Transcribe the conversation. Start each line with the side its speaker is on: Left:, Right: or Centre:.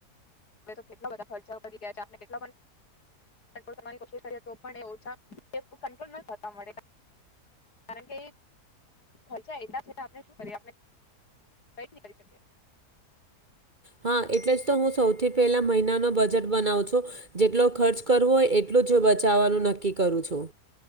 Left: તો કેટલા બધા ખર્ચા વધી ગયા છે આપણે કેટલો પણ કંટ્રોલ કરવાની કોશિશ કરીયે તો પણ એ ઓછા તે કંટ્રોલ નત થતા મળે કારણ કે ખર્ચા એટલા છે ને આપડે શુ કરીયે આપણે કય નહીં કરી શકીયે
Right: હા એટલે જ તો હું સૌથી પહેલા મહિનાનો બજેટ બનાવ છુ જેટલો ખર્ચ કરવો હોય એટલું જ બચાવવાનું નક્કી કરું છું